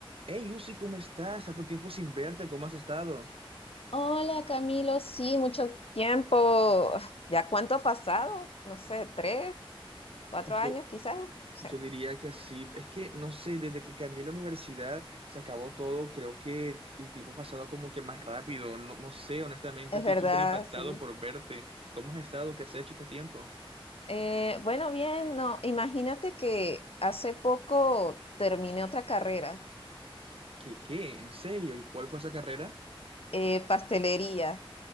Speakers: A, on the right; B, on the left.
A: Hey, Uzi, ¿cómo estás? Tanto tiempo sin verte, ¿cómo has estado?
B: Hola Camilo, sí, mucho tiempo. ¿Ya cuánto ha pasado? No sé, tres, cuatro
A: Yo,
B: años quizás. No sé.
A: yo diría que sí. Es que, no sé, desde que cambié la universidad se acabó todo. Creo que el tiempo ha pasado como que más rápido. No, no sé, honestamente,
B: Es
A: estoy
B: verdad,
A: súper impactado
B: sí.
A: por verte. ¿Cómo has estado? ¿Qué has hecho este tiempo?
B: Eh, bueno, bien, no, imagínate que hace poco terminé otra carrera,
A: ¿Qué, qué? ¿En serio? ¿Y cuál fue esa carrera?
B: eh, pastelería,